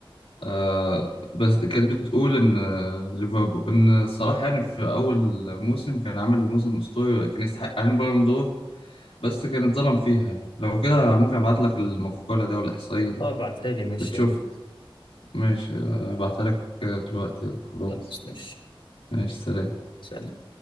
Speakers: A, on the left; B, on the left.
A: آه بس كانت بتقول ان آه، ليفربول ان صلاح يعني في اول موسم كان عامل موسم اسطوري كان يستحق عليه البالون دور بس كان اتظلم فيها لو كده ممكن ابعت لك المقاله دي او الاحصائيه دي
B: اه بعتها لي ماشي
A: بتشوف
B: يا ريت
A: ماشي آه، ابعتها لك آه، دلوقتي يلا خلاص
B: خلاص ماشي
A: ماشي سلام
B: سلام